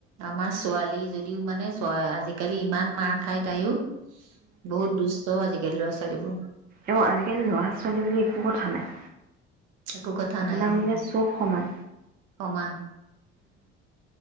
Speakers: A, on the right; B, on the right.
A: আমাৰ ছোৱালী যদিও মানে আজিকালি ইমান মাৰ খায় তাইয়ো। বহুত দু ত আজিকালি ল'ৰা ছোৱালীবোৰ
B: এ আজিকালি ল'ৰা ছোৱালী বুলি একো কথা নাই।
A: একো কথা
B: আপোনাৰ
A: নাই অ'
B: মানে চব সমান
A: সমান।